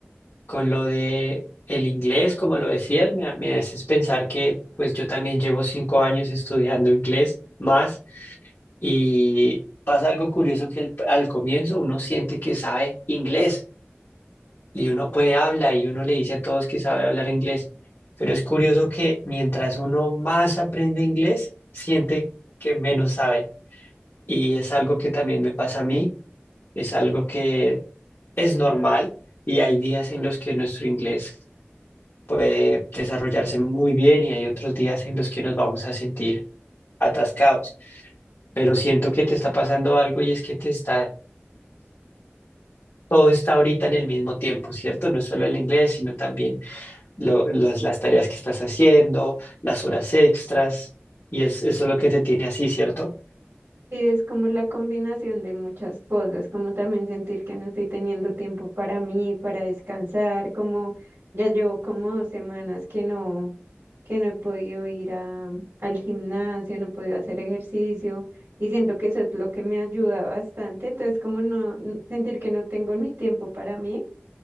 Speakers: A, on the left (about 65°); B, on the right (about 80°).
A: Con lo de el inglés, como lo decías, me, me haces pensar que pues yo también llevo cinco años estudiando inglés más y pasa algo curioso que al al comienzo uno siente que sabe inglés y uno puede hablar y uno le dice a todos que sabe hablar inglés, pero es curioso que mientras uno más aprende inglés, siente que menos sabe. Y es algo que también me pasa a mí, es algo que es normal y hay días en los que nuestro inglés puede desarrollarse muy bien y hay otros días en los que nos vamos a sentir atascados. Pero siento que te está pasando algo y es que te estás, todo está ahorita en el mismo tiempo, ¿cierto? No es solo el inglés, sino también lo- las, las tareas que estás haciendo, las horas extras, y es, eso es lo que te tiene así, ¿cierto?
B: Sí, es como la combinación de muchas cosas, como también sentir que no estoy teniendo tiempo para mí, para descansar, como ya llevo como dos semanas que no, que no he podido ir a, al gimnasio, no he podido hacer ejercicio y siento que eso es lo que me ayuda bastante, entonces como no n- sentir que no tengo ni tiempo para mí,